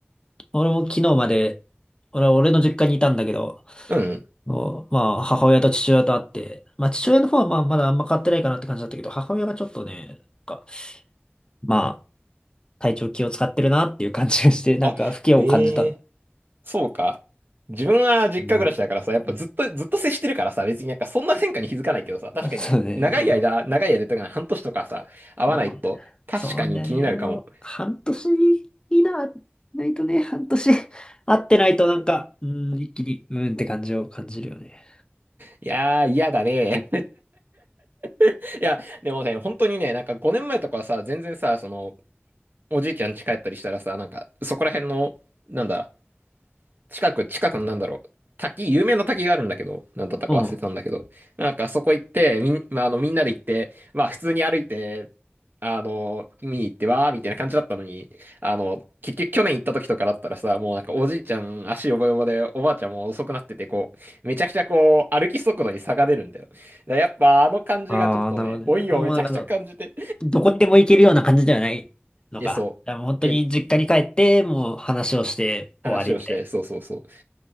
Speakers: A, on the left; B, on the right.
A: 俺も昨日まで、俺は俺の実家にいたんだけど、
B: うん。
A: もうまあ、母親と父親と会って、まあ、父親の方はまあ、まだあんま変わってないかなって感じだったけど、母親がちょっとね、なんか、まあ、体調気を使ってるなっていう感じがして、なんか、
B: あ、
A: 不気を感じた。
B: ええそうか。自分は実家暮らしだからさ、
A: うん、
B: やっぱずっと、ずっと接してるからさ、別になんかそんな変化に気づかないけどさ、確かに長い間、
A: <laughs> そうね、そ
B: 長い間とか半年とかさ、会わないと、
A: う。
B: 確かに気になるかも。
A: そうだね。あの、半年い内なないとね、半年 <laughs> 会ってないとなんか、うーん、一気に、うーんって感じを感じるよね。
B: いやー、嫌だね。<laughs> いや、でもね、本当にね、なんか5年前とかはさ、全然さ、その、おじいちゃん家帰ったりしたらさ、なんか、そこら辺の、なんだ、近く、近くのなんだろう、滝、有名な滝があるんだけど、なんだったか忘れてたんだけど、
A: うん。
B: なんかそこ行って、みん、まあ、あの、みんなで行って、まあ、普通に歩いて、あの、見に行ってわーみたいな感じだったのに、あの、結局去年行った時とかだったらさ、もうなんかおじいちゃん足よぼよぼで、おばあちゃんも遅くなってて、こう、めちゃくちゃこう、歩き速度に差が出るんだよ。だからやっぱあの感じがちょっとね、
A: ああ、なるほどね。
B: 老いをめちゃくちゃ感じて、
A: もうなんかその、どこにでも行けるような感じではないのか。
B: え、そう、
A: いやもう本当に実家に帰って、
B: え、
A: もう話をして終わりみたい
B: 話をして、そうそうそう。